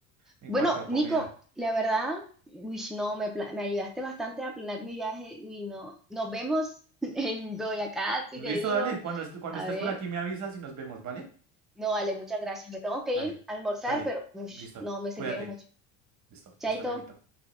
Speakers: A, on the right; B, in the centre.
A: En
B: Bueno,
A: cuanto a
B: Nico,
A: comida.
B: la verdad, uy, no, me, pla- me ayudaste bastante a planear mi viaje. y no, nos vemos <laughs> en Boyacá, si
A: Listo,
B: te digo.
A: dale. Cuando, est- cuando
B: A
A: estés
B: ver.
A: por aquí me avisas y nos vemos, ¿vale?
B: No, vale, muchas gracias. Me tengo que
A: Dale,
B: ir a almorzar,
A: dale.
B: pero ush,
A: Listo.
B: no, me sirvieron
A: Cuídate.
B: mucho.
A: Listo.
B: Chaito.
A: Hasta luego.